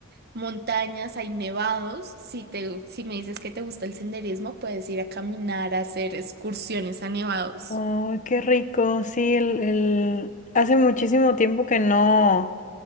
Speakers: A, on the right; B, on the left.
A: Montañas, hay nevados. Si te, si me dices que te gusta el senderismo, puedes ir a caminar, a hacer excursiones a nevados.
B: Oh, qué rico, sí, el, el... hace muchísimo tiempo que no.